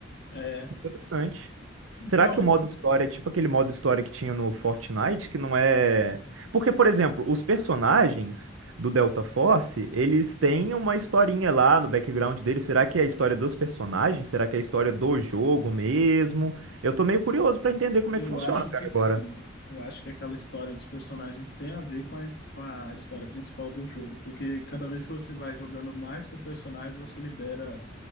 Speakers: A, on the left (about 55°); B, on the right (about 85°).
A: É,
B: Interessante.
A: Então,
B: Será que o modo história é tipo aquele modo história que tinha no Fortnite, que não é... Porque, por exemplo, os personagens do Delta Force, eles têm uma historinha lá no background deles. Será que é a história dos personagens? Será que é a história do jogo mesmo? Eu tô meio curioso pra entender como
A: eu
B: é que funciona,
A: acho
B: cara,
A: que sim.
B: agora.
A: Eu acho que aquela história dos personagens tem a ver com a, com a história principal do jogo, porque cada vez que você vai jogando mais com o personagem, você libera